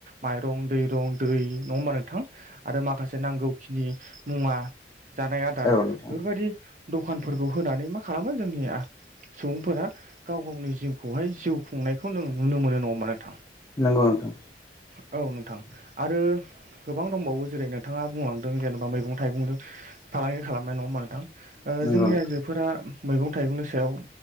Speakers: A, on the right (about 45°); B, on the left (about 20°).
A: माइरं दैरं दै नङा होमबा नोंथां। आरो माखासे नांगौखिनि मुवा जानाय आदार
B: औ
A: बेफोरबायदि
B: नोंथां नंगौ नोंथां
A: दखानफोरखौ होनानै मा खालामो जोंनिया सुबुंफोरा गाव गावनि जिउखौहाय जिउ खुंनायखौ नों नुनो मोनो नङा होनबा नोंथां
B: नोंगौ नोंथां
A: औ नोंथां आरो गोबां दंबावो जेरै नों नोंथाङा बुंलांदों जेनेबा मैगं थाइगंजों फालांगि खालामनाय नङा होनबा नोंथां।
B: नोंथां
A: ओ
B: नंगौ
A: जोंनि
B: नोंथां
A: आइजोफोरा मैगं थाइगंनि सायाव